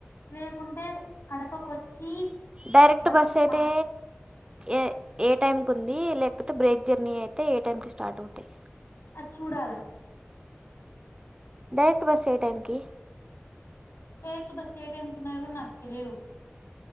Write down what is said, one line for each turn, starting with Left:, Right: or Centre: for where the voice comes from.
Left: లేకుంటే కడపకొచ్చి
Right: డైరెక్ట్
Left: బస్సు
Right: బస్ అయితే
Left: మా
Right: ఏ ఏ టైంకుంది లేకపోతే బ్రేక్ జర్నీ అయితే ఏ టైమ్కి స్టార్ట్ అవుతాయి
Left: అది చూడాలా
Right: డైరెక్ట్ బస్ ఏ టైంకిి
Left: డైరెక్ట్ బస్ ఏ టైంకి ఉన్నాయో కూడా నాకు తెలియవు